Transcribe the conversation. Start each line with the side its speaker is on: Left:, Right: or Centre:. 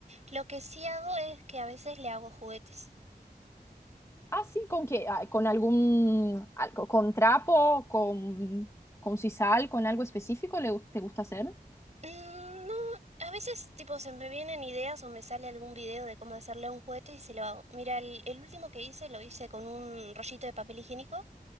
Right: Lo que sí hago es que a veces le hago juguetes.
Left: Ah, sí, ¿con qué? Ah, ¿con algún, algo- con trapo, con, con sisal, con algo específico le, gu- te gusta hacer?
Right: Mm, no, a veces tipo se me vienen ideas o me sale algún video de cómo hacerle un juguete y se lo hago. Mira, el, el último que hice lo hice con un rollito de papel higiénico